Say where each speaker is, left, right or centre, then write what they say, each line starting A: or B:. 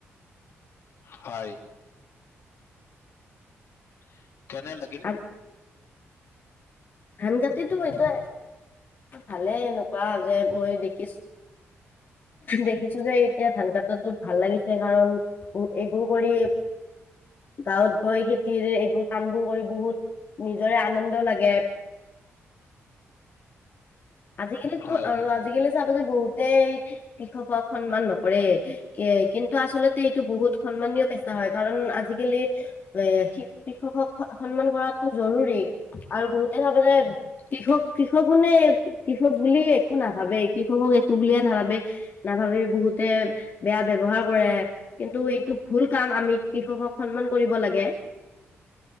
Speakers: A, on the left; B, on the left.
A: হয় উ <inaudible> কেনে লাগিল
B: আজ- ধান কাতিটো এই টোৱে ভালেই এনেকুৱা যে মই দেখিছো দেখিছো যে এতিয়া ধান কটা ভাল লাগিছে কাৰণ এইবোৰ কৰি গাঁৱত গৈ খেতি এইবোৰ কামবোৰ কৰি বহুত নিজৰে আনন্দ লাগে আজিকালিতো
A: হয়
B: আৰু
A: হয়
B: আজিকালি চাবা যে বহুত কৃষকক সন্মান নকৰে এ কিন্তু আচলতে এইটো বহুত সন্মানীয় পেচা হয় কাৰণ আজিকালি এ কৃষকক সন্মান কৰাটো জৰুৰী আৰু বহুত তেয়া ভাব যে কৃষক কৃষকো নে কৃষক বুলিয়ে একো নাভাবে কৃষকক একো বুলিয়ে নাভাবে নাভাবি বহুতে বেয়া ৱ্যৱহাৰ কৰে কিন্তু এইটো ভুল কাম আমি কৃষকক সন্মান কৰিব লাগে